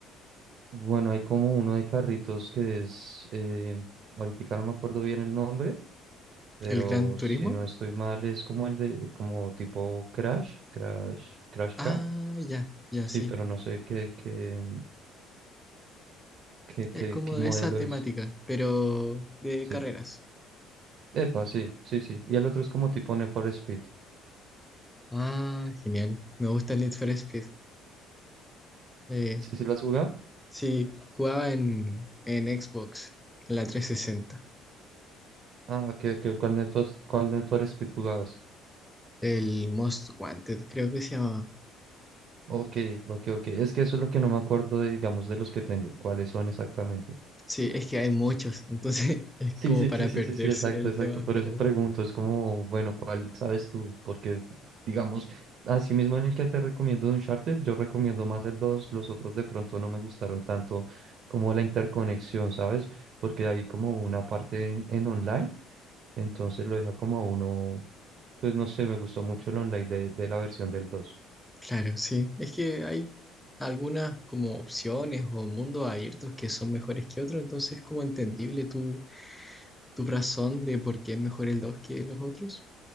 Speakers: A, on the right (about 50°); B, in the centre.
A: bueno, hay como uno de carritos que es, eh, ahorita no me acuerdo bien el nombre, pero
B: ¿El Gran Turismo?
A: si no estoy mal es como el de, como tipo Crash, Crash, Crash
B: Ah,
A: Car.
B: ya, ya,
A: Sí,
B: sí.
A: pero no sé qué, qué, qué, qué,
B: Es como
A: qué modelo
B: de esa temática,
A: es.
B: pero de
A: Sí.
B: carreras.
A: Epa, sí, sí, sí. Y el otro es como tipo Need for Speed.
B: Ah, genial. Me gusta el Need for Speed. Eh,
A: ¿Sí, sí lo has jugado?
B: sí, jugaba en, en Xbox, en la trescientos sesenta
A: Ah, que ¿cuál Need for, cuál Need for Speed jugabas?
B: El Most Wanted, creo que se llamaba.
A: Ok, ok, ok. Es que eso es lo que no me acuerdo, de, digamos, de los que tengo. ¿Cuáles son exactamente?
B: Sí, es que hay muchos, entonces <laughs> es
A: Sí,
B: como
A: sí,
B: para
A: sí, sí,
B: perderse
A: sí, sí, exacto,
B: en el
A: exacto.
B: tema,
A: Por
B: pero
A: eso pregunto, es como, bueno, ¿cuál sabes tú? Porque, digamos, así mismo en el que te recomiendo de Uncharted, yo recomiendo más el dos los otros de pronto no me gustaron tanto como la interconexión, ¿sabes? Porque hay como una parte en, en online, entonces lo deja como a uno, pues no sé, me gustó mucho el online de, de la versión del dos
B: claro, sí, es que hay algunas como opciones o mundos abiertos que son mejores que otros, entonces es como entendible tu, tu razón de por qué es mejor el 2 que los otros.